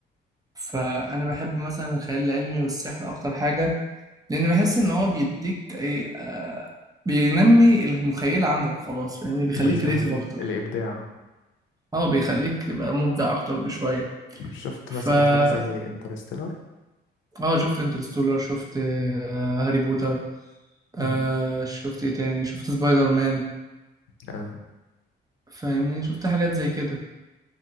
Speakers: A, on the right; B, on the left.
A: فأنا بحب مثلا الخيال العلمي والسحر أكتر حاجة لأن بحس إن هو بيديك إيه آه بينمي المخيلة عندك وخلاص فاهمني بيخليك
B: بيزود
A: كريتيف
B: ال-
A: أكتر
B: الإبداع
A: أه بيخليك تبقى مبدع أكتر بشوية
B: شفت
A: فا
B: مثلا حاجة زي انترستيلر
A: أه شفت انترستولر شفت آه هاري بوتر آه
B: مم.
A: شفت ايه تاني شفت سبايدر مان
B: اه
A: فاهمني شفت حاجات زي كده